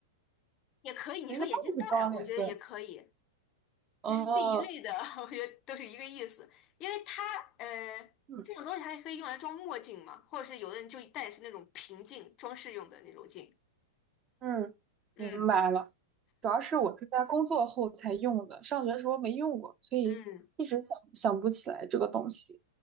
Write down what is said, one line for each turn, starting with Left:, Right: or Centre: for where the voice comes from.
Left: 也可以。你说眼镜戴儿，
Right: 有一个袋子装眼镜。
Left: 我觉得也可以，
Right: 哦，
Left: 就是这一类的，<laughs> 我觉得都是一个意思。因为它，呃，
Right: 嗯
Left: 这种东西还可以用来装墨镜嘛，或者是有的人就戴的是那种平镜，装饰用的那种镜。
Right: 嗯，
Left: 嗯
Right: 明白了。主要是我是在工作后才用的，上学时候没用过，所以一直想想不起来这个东西。
Left: 嗯，